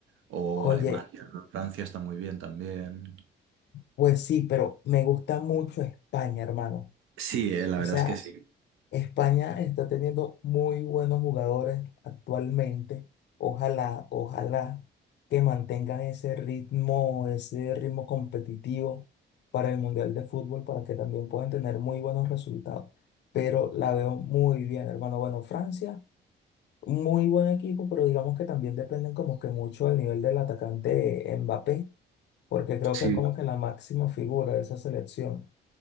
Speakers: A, on the right; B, on the left.
A: O
B: Oye,
A: Alemania, ¿no? Francia está muy bien también.
B: pues sí, pero me gusta mucho España, hermano.
A: Sí, eh, la
B: O
A: verdad
B: sea.
A: es que sí.
B: España está teniendo muy buenos jugadores actualmente. Ojalá, ojalá que mantengan ese ritmo, ese ritmo competitivo para el Mundial de Fútbol, para que también puedan tener muy buenos resultados. Pero la veo muy bien, hermano. Bueno, Francia, muy buen equipo, pero digamos que también dependen como que mucho del nivel del atacante Mbappé, porque creo
A: Sí,
B: que es como que la máxima figura de esa selección.